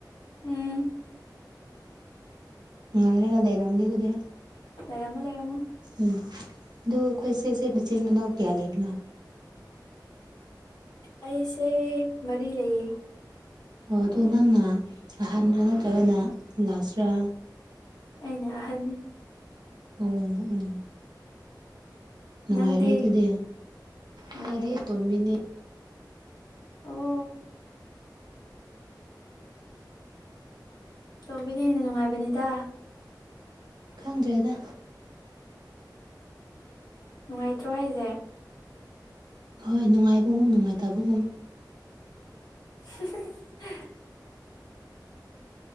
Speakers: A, on the left; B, on the right.
A: ꯎꯝ
B: ꯎꯔ ꯀꯗ ꯂꯩꯦ ꯑꯗꯨꯗꯦ
A: ꯂꯩꯔꯝꯣ ꯂꯩꯔꯝꯃꯣ
B: ꯎꯝ ꯑꯗꯨ ꯀꯣꯏꯁꯦꯁꯦ ꯃꯦꯆꯤꯟ ꯃꯅ ꯀꯌꯥ ꯂꯩꯕ꯭ꯔꯣ
A: ꯑꯩꯁꯦ ꯃꯔꯤ ꯂꯩꯌꯦ
B: ꯑꯣ ꯑꯗꯣ ꯅꯪꯅ ꯑꯍꯥꯟꯕꯔ ꯅꯠꯇ꯭ꯔꯒꯅ ꯂꯥꯁꯔꯥ
A: ꯑꯩꯅ ꯑꯍꯟ
B: ꯎꯝ ꯎꯝ ꯅꯨꯡꯉꯥꯏꯔꯦ
A: ꯅꯪꯗꯤ
B: ꯑꯗꯨꯗꯤ
A: ꯅꯨꯡꯉꯥꯏꯌꯦ
B: ꯑꯩꯗꯤ ꯑꯇꯣꯝꯕꯤꯅꯦ
A: ꯑꯣ ꯁꯣꯝꯕꯤꯅ ꯍꯦꯟꯅ ꯅꯨꯡꯉꯥꯏꯕꯅꯤꯗ
B: ꯈꯪꯖ꯭ꯔꯩꯦꯗ
A: ꯅꯨꯡꯉꯥꯏꯇ꯭ꯔꯣ ꯍꯥꯏꯁꯦ
B: ꯍꯣꯏ ꯅꯨꯡꯉꯥꯏꯕꯒꯨꯝ ꯅꯨꯡꯉꯥꯏꯇꯕꯒꯨꯝ
A: <inaudible>